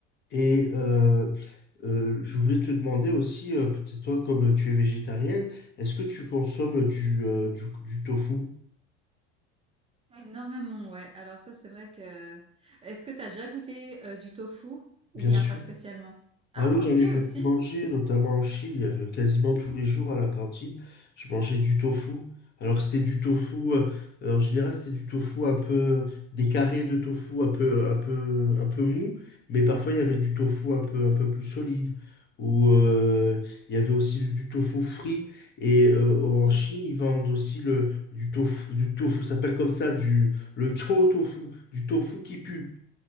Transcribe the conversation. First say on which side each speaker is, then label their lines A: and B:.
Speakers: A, on the left (about 35°); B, on the right (about 20°).
A: Et euh, euh, je voulais te demander aussi, euh, peut-être toi, comme tu es végétarienne, est-ce que tu consommes du, euh, du, du tofu?
B: Énormément, ouais. Alors ça, c'est vrai que... Est-ce que t'as déjà goûté euh, du tofu ou
A: Bien
B: bien
A: sûr.
B: pas spécialement? Ah,
A: Ah oui, j'en
B: ok,
A: ai beaucoup
B: aussi.
A: mangé, notamment en Chine. Il y avait quasiment tous les jours à la cantine, je mangeais du tofu. Alors c'était du tofu, euh, euh, en général c'était du tofu un peu, des carrés de tofu un peu, un peu, un peu mou, mais parfois il y avait du tofu un peu, un peu plus solide. Ou euh, il y avait aussi du, du tofu frit. Et euh, en
B: Mm.
A: Chine, ils vendent aussi le, du tofu, du tofu, ça s'appelle comme ça, du, le chou tofu, du tofu qui pue